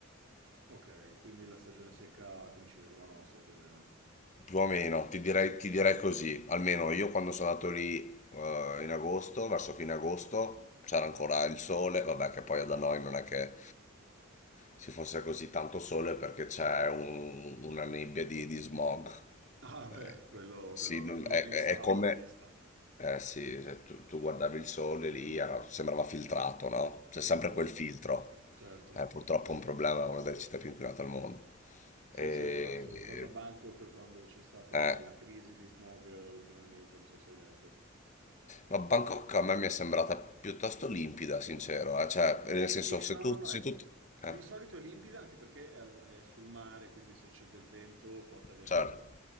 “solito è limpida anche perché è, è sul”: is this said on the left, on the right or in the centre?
Right